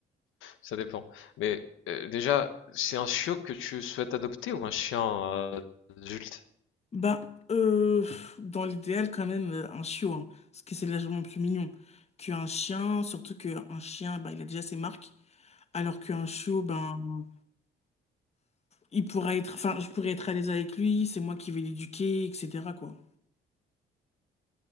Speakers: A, on the left; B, on the left.
A: Ça dépend. Mais euh, déjà, c'est un chiot que tu souhaites adopter ou un chien euh, adulte?
B: Ben, euh, dans l'idéal, quand même, euh, un chiot, hein, parce que c'est légèrement plus mignon qu'un chien, surtout qu'un chien, ben, il a déjà ses marques, alors qu'un chiot, ben, il pourra être, enfin, je pourrais être à l'aise avec lui, c'est moi qui vais l'éduquer, etc., quoi.